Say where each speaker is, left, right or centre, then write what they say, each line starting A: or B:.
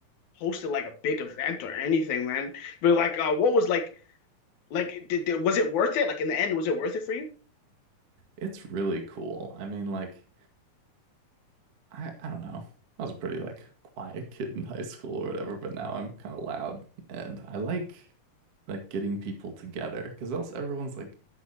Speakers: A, on the left; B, on the right.
A: hosted like a big event or anything, man. But like, uh, what was like Like, did, did- was it worth it? Like in the end, was it worth it for you?
B: It's really cool. I mean, like I I don't know. I was a pretty like quiet kid in high school or whatever, but now I'm kind of loud and I like like getting people together because else everyone's like,